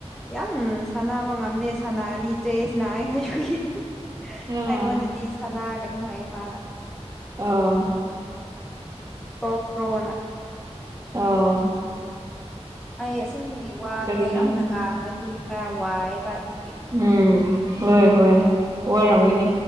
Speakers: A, in the centre; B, on the right (about 30°).
A: ꯌꯥꯝ ꯁꯥꯟꯅꯕ ꯉꯝꯅꯦ ꯁꯥꯟꯅꯔꯤꯖꯦꯁ ꯅꯥꯏ ꯍꯥꯏꯕꯒꯤ
B: ꯑꯥ
A: ꯑꯩꯉꯣꯟꯗꯗꯤ ꯁꯥꯟꯅꯒꯅꯨ ꯍꯥꯏꯌꯦ ꯃꯥꯅ
B: ꯑꯥ
A: ꯇꯣꯈ꯭ꯔꯣꯅ
B: ꯑꯣ
A: ꯑꯩ ꯑꯁꯦꯡꯕꯒꯤ ꯋꯥꯗꯣ
B: ꯀꯔꯤꯅꯣ
A: ꯌꯥꯝꯅ ꯉꯥꯡꯕꯗꯤ ꯈꯔ ꯋꯥꯏꯑꯦꯕ ꯑꯗꯨꯒꯤ
B: ꯎꯝ ꯍꯣꯏ ꯍꯣꯏ ꯋꯥꯔꯝꯒꯅꯤ